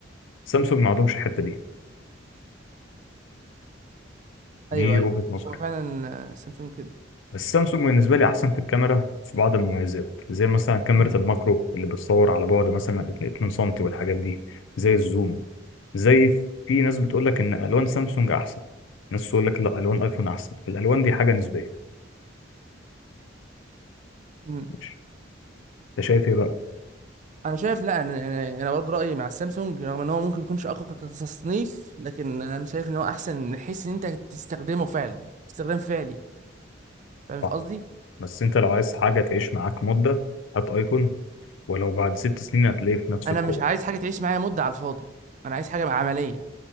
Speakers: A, on the left (about 75°); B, on the right (about 40°).
A: سامسونج ما عندهمش الحته دي دي
B: ايوه ايوه
A: وجهه نظري
B: هو فعلا آه، سامسونج كده
A: بس سامسونج بالنسبة لي أحسن في الكاميرا في بعض المميزات زي مثلا كاميرا الماكرو اللي بتصور على بعد مثلا 2 سم والحاجات دي زي الزوم زي ف- في ناس بتقول لك إن ألوان سامسونج أحسن ناس تقول لك لا ألوان أيفون أحسن الألوان دي حاجة نسبية
B: امم
A: ماشي أنت شايف إيه بقى؟
B: انا شايف لا انا يعني انا برضه رايي مع السامسونج رغم ان هو ممكن يكونش اقوى ك- كتصنيف لكن انا شايف ان هو احسن من حيث ان انت تستخدمه فعلا استخدام فعلي فاهم
A: صح
B: في قصدي
A: بس أنت لو عايز حاجة تعيش معاك مدة هات أيفون ولو بعد ست سنين هتلاقيه في نفس
B: انا
A: القوة
B: مش عايز حاجه تعيش معايا مده على الفاضي انا عايز حاجه عمليه